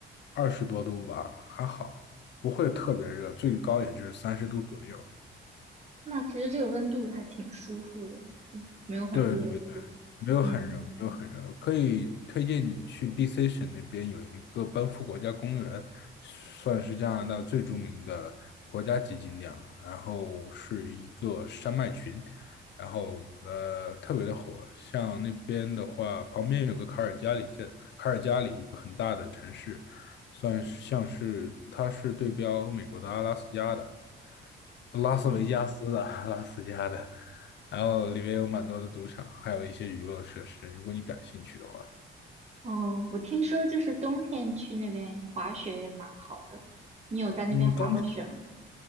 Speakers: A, on the left; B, on the right.
A: 二十多度吧，还好，不会特别热，最高也就是三十度左右。
B: 那其实这个温度还挺舒服的，就没有很热，
A: 对对对，
B: 也不，
A: 没有很热，
B: 嗯。
A: 没有很热，可以推荐你去 BC 省那边有一个班夫国家公园，算是加拿大最著名的国家级景点了。然后是一个山脉群，然后呃特别的火。像那边的话，旁边有个卡尔加里镇，卡尔加里一个很大的城市，算是像是它是对标美国的阿拉斯加的，拉斯维加斯的阿拉斯加的。
B: 嗯
A: 然后里面有蛮多的赌场，还有一些娱乐设施，如果你感兴趣的话。
B: 哦，我听说就是冬天去那边滑雪也蛮好的。你有在那边滑过雪吗？
A: 嗯，冬天